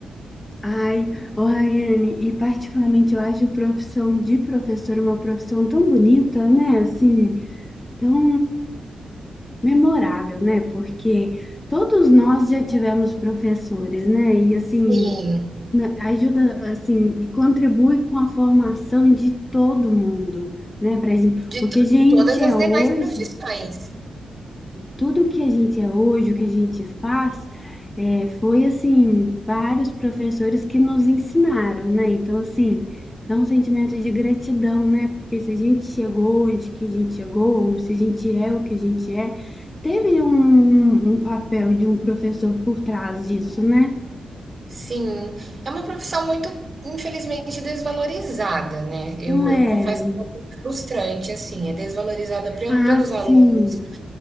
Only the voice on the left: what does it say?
Ai, ô Rayane, e particularmente eu acho a profissão de professor uma profissão tão bonita, né? Assim, tão memorável, né? Porque todos nós já tivemos professores, né? E assim,
né, ajuda assim e contribui com a formação de todo mundo, né? Para gente,
o que
a gente
é
hoje,
tudo que a gente é hoje, o que a gente faz, é, foi assim vários professores que nos ensinaram, né? Então assim dá um sentimento de gratidão, né? Porque se a gente chegou onde que a gente chegou, ou se a gente é o que a gente é, teve um, um um papel de um professor por trás disso, né?
Então, É.
Ah,
sim.